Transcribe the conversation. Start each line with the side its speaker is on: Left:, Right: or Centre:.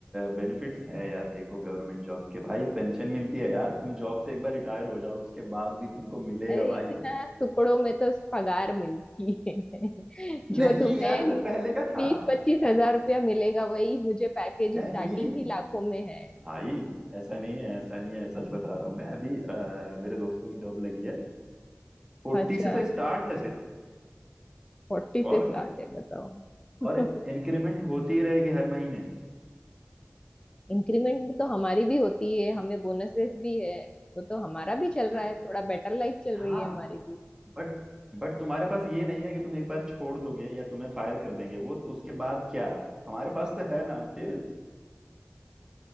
Right: बेनिफिट्स हैं यार देखो गवर्नमेंट जॉब के भाई पेंशन मिलती है यार तुम जॉब से एक बार रिटायर हो जाओ उसके बाद भी तुमको मिलेगा
Left: अरे
Right: भाई
Left: इतना टुकड़ों में तो पगार मिलती है <laughs> जो
Right: नहीं
Left: तुम्हें
Right: यार वो पहले का था
Left: बीस पच्चीस हजार रुपया मिलेगा वही मुझे पैकेज
Right: नहीं
Left: स्टार्टिंग ही लाखों में है
Right: भाई ऐसा नहीं है ऐसा नहीं है सच बता रहा हूँ मैं अभी अ, मेरे दोस्तों की जॉब लगी है फोर्टी
Left: अच्छा
Right: से तो स्टार्ट है सिर्फ
Left: फोर्टी से
Right: और
Left: स्टार्ट है बताओ <laughs>
Right: और इंक्रीमेंट होती रहेगी हर महीने
Left: इंक्रीमेंट तो हमारी भी होती है हमें बोनसेस भी है वो तो हमारा भी चल
Right: तो
Left: रहा है थोड़ा बेटर लाइफ चल
Right: हाँ
Left: रही है हमारी भी
Right: बट बट तुम्हारे पास ये नहीं है कि तुम एक बार छोड़ दोगे या तुम्हें फायर कर देंगे वो तो उसके बाद क्या हमारे पास तो है ना एटलीस्ट